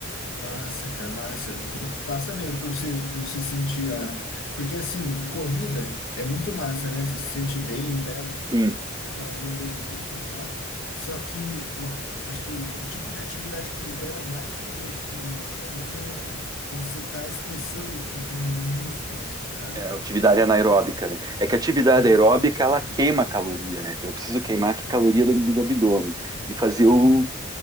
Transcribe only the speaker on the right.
Sim,
é atividade anaeróbica, né? É que a atividade
aeróbica ela
queima caloria, né? Então eu preciso queimar que caloria do, do abdômen e fazer
o,